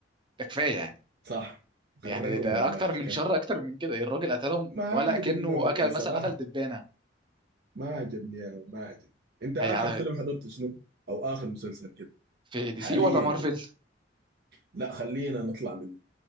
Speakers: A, on the right; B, on the right.
A: ده كفايه يعني
B: صح
A: يعني
B: غرقهم
A: ده
B: والله
A: اكتر
B: الكلب
A: من شر اكتر من كده الراجل قتلهم
B: ما
A: ولا
B: عجبني
A: كأنه
B: والله
A: اكل
B: صراحه
A: مثلا قتل دبانه
B: ما عجبني يا مان، ما عجبني انت اخر
A: هي على
B: فيلم حضرته شنو او اخر مسلسل كده
A: في دي
B: حاليا
A: سي ولا مارفل
B: كده لا خلينا نطلع من